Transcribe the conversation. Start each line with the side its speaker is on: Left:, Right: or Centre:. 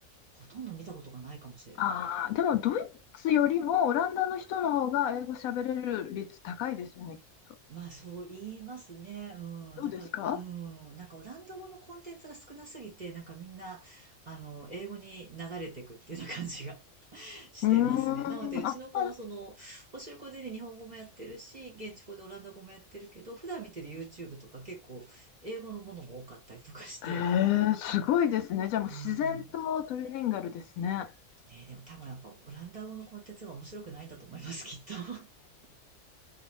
Right: ほとんど見たことがないかもしれない。
Left: ああ、でもドイツよりもオランダの人の方が英語喋れる率高いですよね、きっと。
Right: まあそう言いますね。うん。
Left: どうですか
Right: だから、うん。なんかオランダ語のコンテンツが少なすぎて、なんかみんな、あの、英語に流れていくっていうような感じが <laughs> してますね。
Left: うーん、
Right: なので、うちの子もその、
Left: あ、まあ
Right: 補習校でね、日本語もやってるし、現地校でオランダ語もやってるけど、普段見てる YouTube とか結構、英語のものも多かったりとかして、
Left: へえ、すごいですね。じゃあもう自然とトリリンガルですね。
Right: うん。ね、でも多分やっぱオランダ語のコンテンツが面白くないんだと思います、きっと。<laughs>